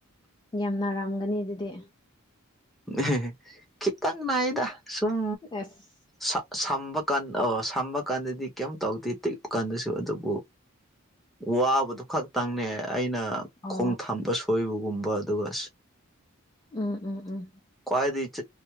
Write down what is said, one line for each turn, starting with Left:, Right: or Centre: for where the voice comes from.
Left: ꯌꯥꯝ ꯅꯥꯔꯥꯝꯒꯅꯤ ꯑꯗꯨꯗꯤ
Centre: ꯑꯦꯍꯦꯍꯦ ꯈꯤꯇꯪ ꯅꯥꯏꯌꯦꯗ ꯁꯨꯝ
Left: ꯑꯁ
Centre: ꯁꯥ ꯁꯥꯝꯕ ꯀꯥꯟ ꯑꯣ ꯁꯥꯝꯕ ꯀꯥꯟꯗꯗꯤ ꯀꯩꯝ ꯇꯧꯗꯦ ꯇꯦꯛꯄ ꯀꯥꯟꯗꯁꯨ ꯑꯗꯨꯕꯨ ꯋꯥꯕꯗꯨ ꯈꯛꯇꯪꯅꯦ ꯑꯩꯅ
Left: ꯑꯣ
Centre: ꯈꯣꯡ ꯊꯝꯕ ꯁꯣꯏꯕꯒꯨꯝꯕ ꯑꯗꯨꯒ
Left: ꯎꯝ ꯎꯝ ꯎꯝ
Centre: ꯈ꯭ꯋꯥꯏꯗꯒꯤ